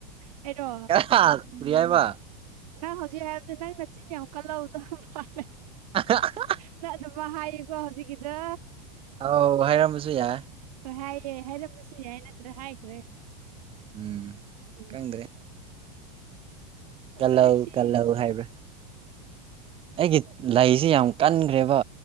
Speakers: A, on the right; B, on the right.
A: ꯀꯩꯅꯣ
B: ꯍꯥ ꯀꯔꯤ ꯍꯥꯏꯕ
A: ꯅꯪ ꯍꯧꯖꯤꯛ ꯍꯥꯏꯕꯗꯣ ꯅꯪ ꯅꯆꯤꯟ ꯌꯥꯝ ꯀꯜꯂꯧꯗꯧ ꯃꯥꯜꯂꯦ
B: ꯑꯥ
A: ꯅꯪ ꯑꯗꯨꯃꯥꯏ ꯍꯥꯏꯌꯦꯀꯣ ꯍꯧꯖꯤꯛꯀꯤꯗꯣ
B: ꯑꯧ ꯍꯥꯏꯔꯃꯁꯨ ꯌꯥꯏ
A: ꯍꯣꯏ ꯍꯥꯏꯌꯦ ꯍꯥꯏꯔꯝꯃꯁꯨ ꯌꯥꯏ ꯅꯠꯇ꯭ꯔꯥ ꯍꯥꯏꯈ꯭ꯔꯦ
B: ꯎꯝ
A: ꯎꯝ
B: ꯈꯪꯗ꯭ꯔꯦ
A: ꯑꯁ
B: ꯀꯜꯍꯧ
A: ꯑꯩꯁꯦ
B: ꯀꯜꯍꯎ ꯍꯥꯏꯕ꯭ꯔꯥ ꯑꯩꯒꯤ ꯂꯩꯁꯤ ꯌꯥꯝ ꯀꯟꯈ꯭ꯔꯦꯕ